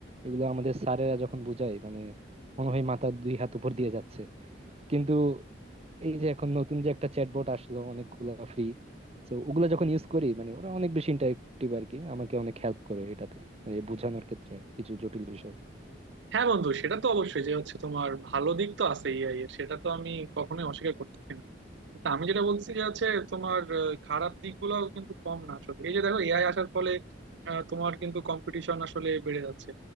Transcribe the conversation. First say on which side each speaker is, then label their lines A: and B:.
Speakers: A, on the right; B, on the right.
A: এগুলো আমাদের স্যারেরা যখন বোঝায় মানে মনে হয় মাথার দুই হাত উপর দিয়ে যাচ্ছে কিন্তু এই যে এখন নতুন যে একটা চ্যাটবট আসলো অনেকগুলা ফ্রি তো ওগুলা যখন ইউজ করি মানে ওরা অনেক বেশি ইন্টারেক্টিভ আর কি আমাকে অনেক হেল্প করে এটাতে মানে বোঝানোর ক্ষেত্রে কিছু জটিল বিষয়
B: হ্যাঁ বন্ধু সেটা তো অবশ্যই যে হচ্ছে তোমার ভালো দিক তো আছে এআই এর সেটা তো আমি কখনোই অস্বীকার করতেছি না তা আমি যেটা বলছি যে হচ্ছে তোমার আহ, খারাপ দিকগুলোও কিন্তু কম না আসলে এই যে দেখো এআই আসার ফলে আহ, তোমার কিন্তু কম্পিটিশন আসলে বেড়ে যাচ্ছে